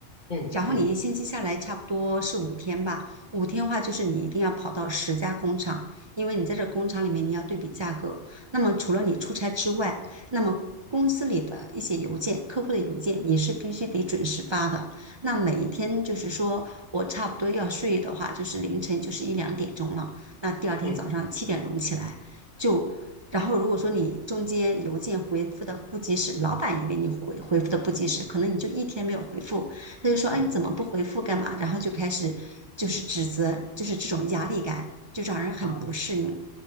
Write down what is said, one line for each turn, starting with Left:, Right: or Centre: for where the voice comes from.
Left: 嗯嗯
Right: 然后你一星期下来差不多是五天吧，五天的话就是你一定要跑到十家工厂，因为你在这工厂里面你要对比价格。那么除了你出差之外，那么公司里的一些邮件、客户的邮件你是必须得准时发的。那每一天就是说我差不多要睡的话，就是凌晨就是一两点钟了，那第二天早上七点钟起来就。
Left: 嗯
Right: 然后，如果说你中间邮件回复的不及时，老板以为你回回复的不及时，可能你就一天没有回复，他就说：“哎，
Left: 嗯
Right: 你怎么不回复干嘛？”然后就开始就是指责，就是这种压力感，就让人很不适应。
Left: 啊